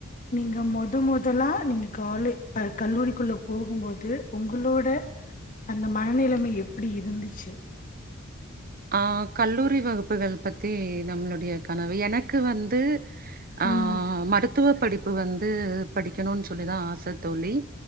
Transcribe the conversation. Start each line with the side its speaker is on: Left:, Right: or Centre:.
Left: நீங்க மொத மொதல்லா நீங்க காலே க கல்லூரிக்குள்ள போகும்போது ஒங்குளோட அந்த மனநிலைமை எப்புடி இருந்துச்சு
Right: அ கல்லூரி வகுப்புகள் பத்தி நம்ளுடைய கனவு எனக்கு வந்து ஆ
Left: ம்
Right: மருத்துவ படிப்பு வந்து படிக்கணூன் சொல்லிதா ஆச தோழி